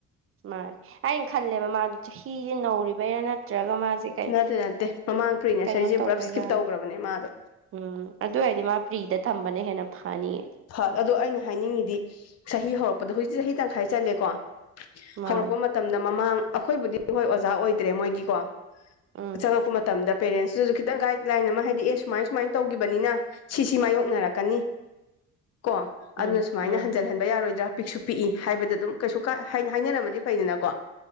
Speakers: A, on the right (about 45°); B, on the left (about 55°).
A: ꯃꯥꯏ ꯑꯩꯅ ꯈꯜꯂꯦꯕ ꯃꯥꯗꯣ ꯆꯍꯤꯖꯦ ꯅꯧꯔꯤꯕꯩꯔ ꯅꯠ ꯅꯠꯇ꯭ꯔꯒ ꯃꯥꯖꯦ ꯀꯩ
B: ꯅꯠꯇꯦ ꯅꯠꯇꯦ ꯃꯃꯥꯡ ꯄ꯭ꯔꯤ ꯅꯁꯔꯤꯁꯦ
A: ꯀꯩꯅꯣ ꯇꯧꯕꯩꯔꯥꯅ
B: ꯄꯨꯂꯞ ꯁ꯭ꯀꯤꯞ ꯇꯧꯈ꯭ꯔꯕꯅꯦ ꯃꯥꯗꯣ
A: ꯎꯝ ꯑꯗꯨꯑꯣꯏꯗꯤ ꯃꯥ ꯄ꯭ꯔꯤꯗ ꯊꯝꯕꯅ ꯍꯦꯟꯅ ꯐꯅꯤꯌꯦ
B: ꯐ ꯑꯗꯣ ꯑꯩꯅ ꯍꯥꯏꯅꯤꯡꯉꯤꯗꯤ ꯆꯍꯤ ꯍꯧꯔꯛꯄꯗ ꯍꯧꯖꯤꯛꯇꯤ ꯆꯍꯤ ꯇꯪꯈꯥꯏ ꯆꯜꯂꯦꯀꯣ
A: ꯃꯥꯅꯦ
B: ꯍꯧꯔꯛꯄ ꯃꯇꯝꯗ ꯃꯃꯥꯡ ꯑꯈꯣꯏꯕꯨꯗꯤ ꯍꯣꯏ ꯑꯣꯖꯥ ꯑꯣꯏꯗ꯭ꯔꯦ ꯃꯣꯏꯒꯤꯀꯣ
A: ꯎꯝ
B: ꯆꯪꯉꯛꯄ ꯃꯇꯝꯗ ꯄꯦꯔꯦꯟꯁꯇꯨꯖꯨ ꯈꯤꯇꯪ ꯒꯥꯏꯗꯂꯥꯏꯟ ꯑꯃ ꯍꯥꯏꯗꯤ ꯑꯦ ꯁꯨꯃꯥꯏ ꯁꯨꯃꯥꯏ ꯇꯧꯒꯤꯕꯅꯤꯅ ꯁꯤꯁꯤ ꯃꯥꯏꯌꯣꯛꯅꯔꯛꯀꯅꯤ ꯀꯣ
A: ꯎꯝ
B: ꯑꯗꯨꯅ ꯁꯨꯃꯥꯏꯅ
A: ꯎꯝ
B: ꯍꯟꯖꯜ ꯍꯟꯕ ꯌꯥꯔꯣꯏꯗ꯭ꯔꯥ ꯄꯤꯛꯁꯨ ꯄꯤꯛꯏ ꯍꯥꯏꯕꯗ ꯑꯗꯨꯝ ꯀꯩꯁꯨ ꯀꯥꯏ ꯍꯥꯏ ꯍꯥꯏꯅꯔꯝꯃꯗꯤ ꯐꯩꯗꯅꯀꯣ